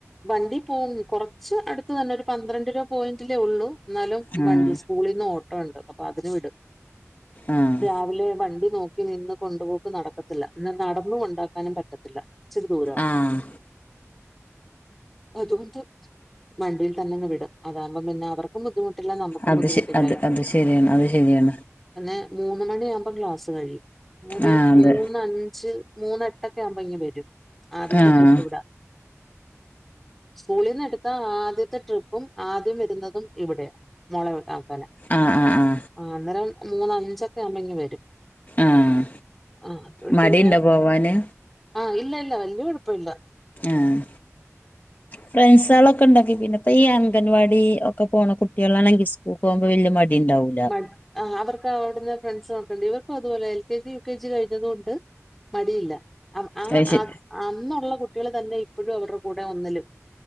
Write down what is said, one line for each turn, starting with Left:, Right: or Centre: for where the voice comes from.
Centre: വണ്ടി പോവും കൊറച്ച് അടുത്ത് തന്നെ ഒരു പന്ത്രണ്ട് രൂപ പോയിന്റിലേ ഒള്ളൂ. ന്നാലും
Left: ആഹ്
Centre: വണ്ടി സ്കൂളീന്ന് ഓട്ടോ ണ്ട് അപ്പൊ അതിന് വിടും.
Left: ആഹ്
Centre: രാവിലെ വണ്ടി നോക്കി നിന്ന് കൊണ്ടുപോക്ക് നടക്ക ത്തില്ല. ന്നാ നടന്ന് കൊണ്ടാക്കാനും പറ്റത്തില്ല ഇച്ചിരിദൂരവാ.
Left: ആഹ്
Centre: അതുകൊണ്ട് വണ്ടിയിൽ തന്നെങ്ങ് വിടും അതാകുമ്പം പിന്നെ അവർ ക്കും ബുദ്ധിമുട്ടില്ല നമുക്കും
Left: അത്
Centre: ബുദ്ധിമുട്ടില്ലല്ലോ.
Left: ശ അത് അത് ശരിയാണ് അത് ശരിയാണ്
Centre: പിന്നെ മൂന്ന് മണിയാവുമ്പം ക്ലാസ്സ് കഴിയും. ഒരു
Left: ആഹ് അതെ
Centre: മൂന്നഞ്ച് മൂന്ന് എട്ടൊക്കെ ആവ്മ്പം ഇങ്ങ് വരും. ആദ്യത്തെ
Left: ആഹ്
Centre: ട്രിപ്പ് ഇവ്ടാ. സ്കൂളിനെട് ത്ത ആദ്യത്തെ ട്രിപ്പും ആദ്യം വരുന്നതും ഇവിടെയാ. മോളെ വെ ആക്കാനാ.
Left: ആഹ് ആഹ് ആഹ്
Centre: ആഹ് അന്നേരം മൂന്ന് അഞ്ചൊക്കെ ആവ്മ്പം ഇങ്ങ് വരും.
Left: ആഹ്
Centre: ആഹ് അതുകൊണ്ട്
Left: മടിയുണ്ടോ
Centre: പിന്നെ
Left: പോവാന്
Centre: ആഹ് ഇല്ല ഇല്ല വല്യ കുഴപ്പ ഇല്ല.
Left: ആഹ് ഫ്രണ്ട്സാളൊ ക്കെണ്ടാങ്കി പിന്നെ പ്പ ഈ അംഗൻവാടി ഒക്കെ പോണ കുട്ടിയേളാണെങ്കി സ്കൂക്ക് പോവുമ്പം വല്യ മടിണ്ടാവൂ
Centre: മ ആഹ് അവർക്ക് അവ്ടുന്ന് ഫ്രണ്ട്സ് ഒക്കെണ്ട്. ഇവർക്കും അതുപോലെ L K G U K G കഴിഞ്ഞതുകൊണ്ട് മടിയില്ല. അം ആ
Left: അത് ശ
Centre: അ അന്നുള്ള കുട്ടികൾ തന്നെ ഇപ്പഴും അവർടെ കൂടെ ഒന്നിലും